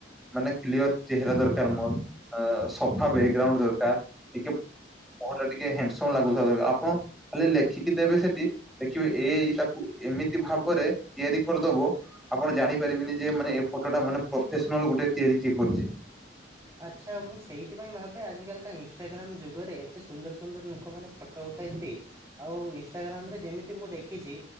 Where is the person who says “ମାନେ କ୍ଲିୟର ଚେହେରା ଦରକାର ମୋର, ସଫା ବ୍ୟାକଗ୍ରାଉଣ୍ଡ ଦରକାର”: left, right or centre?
Centre